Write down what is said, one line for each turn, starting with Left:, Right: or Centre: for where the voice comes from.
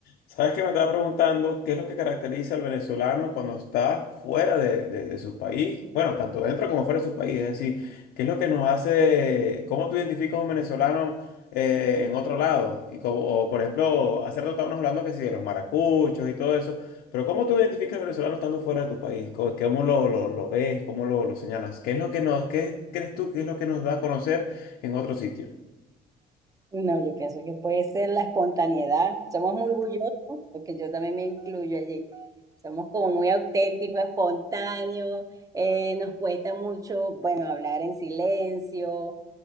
Left: ¿Sabes que me estaba preguntando qué es lo que caracteriza al venezolano cuando está fuera de, de- de su país? Bueno, tanto dentro como fuera de su país. Es decir, ¿qué es lo que nos hace, cómo tú identificas a un venezolano eh, en otro lado? Y como, o, por ejemplo, hace rato estábamos hablando que sí, de los maracuchos y todo eso, pero ¿cómo tú identificas al venezolano estando fuera de tu país? ¿Cómo, cómo lo, lo- lo ves? ¿Cómo lo, lo señalas? ¿Qué es lo que nos, qué crees tú que es lo que nos da a conocer en otro sitio?
Right: No, yo pienso que puede ser la espontaneidad. Somos muy bullosos, porque yo también me incluyo allí. Somos como muy auténticos, espontáneos, eh, nos cuesta mucho, bueno, hablar en silencio.